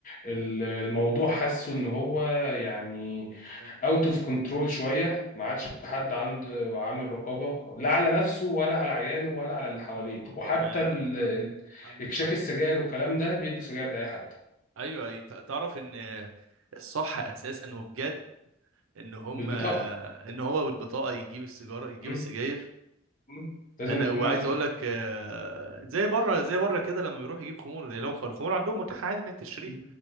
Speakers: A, on the left (about 40°); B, on the right (about 75°).
A: ال- الموضوع حاسه ان هو يعني
B: مم.
A: اوت اوف كنترول شويه ما عادش حد عنده عامل رقابه لا على نفسه ولا على عياله ولا على اللي حواليه وحتى
B: انا
A: ال-
B: عندك
A: اكشاك
B: حق
A: السجاير والكلام ده بيدوا سجاير لاي حد
B: ايوه اي- ت- تعرف ان الصح اساسا وبجد ان هم
A: بالبطاقه
B: ان هو بالبطاقه يجيب السيجاره يجيب
A: مم.
B: السجاير
A: مم. لازم
B: انا
A: أن تكون
B: وعايز
A: معدي تم-
B: اقول لك آه، زي بره زي بره كده لما بيروح يجيب خمور لو الخمور عندهم متاح عادي انك تشتريها
A: مم.